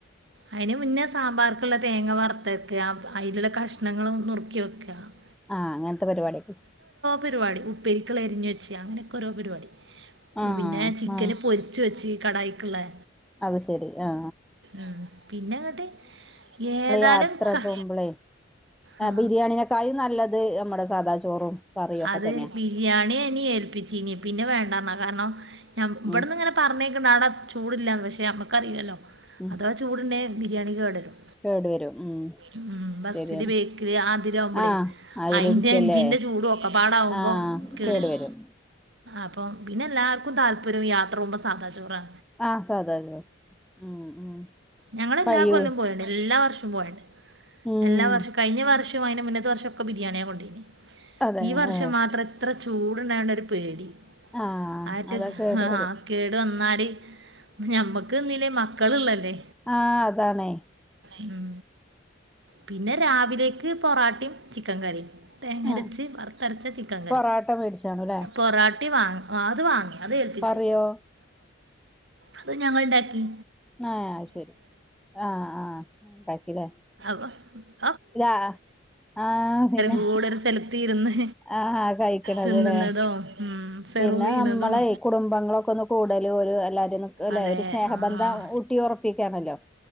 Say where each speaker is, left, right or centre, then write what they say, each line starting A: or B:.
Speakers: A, on the right; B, in the centre.
A: അയിന് മുന്നേ സാമ്പാർക്ക്ള്ള തേങ്ങ വറത്തെക്കാ അയ്ലുള്ള കഷ്ണങ്ങളും നുറുക്കി വെ <unintelligible>
B: ആ അങ്ങനത്തെ പരിപാടിയെ
A: പരിവാടി ഉപ്പരിക്ക്ളളത് അരിഞ്ഞ് വെച്ച അങ്ങനൊക്കെ ഓരോ പരിവാടി.
B: ആഹ്
A: പിന്നെ ചിക്കനും
B: ആഹ്
A: പൊരിച്ച് വെച്ച്. കടായിക്ക്ള്ളെ
B: അത് ശരി ആ
A: ഉം പിന്നെങ്ങട്ട് ഏതാലും
B: യാത്ര
A: ക
B: പോകുമ്പളേ ആഹ്
A: ആ
B: ബിരിയാണിനെക്കായും നല്ലത് നമ്മടെ സാദാ ചോറും കറിയും ഒക്കെ
A: അത്
B: തന്നെയാ
A: ബിരിയാണിയേനി ഏൽപ്പിച്ചീനെ പിന്നെ വേണ്ടാറ്ഞ്ഞാ കാരണം ഞ ഇവെട്ന്ന്ങ്ങനെ
B: ഉം
A: പറഞ്ഞേക്ക്ണ്ട് ആടെ ചൂട്ല്ലാന്ന് പക്ഷെ അമ്മക്കറിയില്ലല്ലോ
B: ഉം
A: അതവാ ചൂട്ണ്ടേ ബിരിയാണി കേടരും
B: കേട് വരും ഉം
A: ഉം ബസ്സില്
B: ശരിയാണ്
A: ബേക്കില് ആതില് ആവുമ്പളേ
B: ആഹ് അതിലിരിക്കല്ലേ
A: അയിന്റെ എഞ്ചിന്റെ ചൂടും ഒക്കപാടാവുമ്പോ
B: ആഹ്
A: കേടരും
B: കേട് വരും
A: അപ്പം പിന്നെ എല്ലാർക്കും താൽപര്യവും യാ ത്ര പോവുമ്പം സാധാചോറാ
B: ആഹ് സാധാ ചോറ് ഉം ഉം
A: ഞങ്ങള് എല്ലാ
B: കഴിയോ
A: കൊല്ലും പോവേണ്ട് എല്ലാ വർഷു ഉം പോവേണ്ട്
B: ഉം
A: എല്ലാ വർഷും കഴിഞ്ഞ വർഷ <unintelligible> അയിന്റെ മുന്നത്തെ വർഷൊക്കെ ബിരിയാണിയാ കൊണ്ടയിനെ
B: അതെ
A: ഈ വർഷം
B: ആഹ്
A: മാത്രം ഇത്ര ചൂട്ണ്ടായോണ്ട് ഒരു പേടി
B: ആഹ്
A: ആറ്റൊ
B: അതൊക്കെ കേട്
A: ആ
B: വരും
A: കേട് വന്നാല് ഞമ്മക്ക് തിന്നില്ലേം മ മക്കളുള്ളല്ലേ
B: ആ അതാണേ
A: ഉം പിന്നെ രാവിലേക്ക് പൊറാട്ടയും ചിക്കൻ കറിയും തേങ്ങരച്ച്
B: ആഹ്
A: വറുത്തരച്ച ചിക്കൻ കറി
B: പൊറാട്ട മേടിച്ചാണുല്ലേ
A: പൊറാട്ട വാങ്ങ അത് വാങ്ങും അത് ഏൽപ്പിച്ചു
B: കറിയോ
A: അത് ഞങ്ങൾ ഇണ്ടാക്കി
B: ആ അയ്ശരി ആ ആ ണ്ടാക്കീലേ
A: അ
B: ഇ ആ പിന്നെ
A: കൂടെ ഒരു സ്ഥലത്ത് ഇരുന്ന്
B: ആ കഴിക്ക്ണത്
A: തിന്നുന്നതും
B: ലേ
A: സെർവ്
B: പിന്നെ
A: ചെയ്യുന്നതും
B: നമ്മളെ കുടുംബങ്ങളൊക്കെ ഒന്ന് കൂടലും ഒരു എല്ലാരും ഒന്ന് അല്ലെ
A: അതെ
B: ഒരു സ്നേഹബന്ധ
A: ആ
B: ഊട്ടി ഉറപ്പിക്കാണല്ലോ